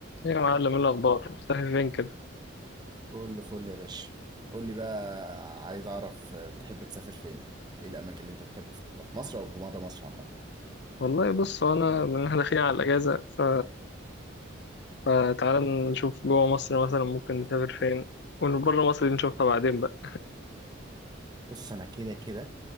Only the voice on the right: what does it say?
كله فل يا باشا قول لي بقى عايز اعرف بتحب تسافر فين ايه الاماكن اللي انت بتحب تسافرها في مصر او بره مصر عامه
بص انا كده كده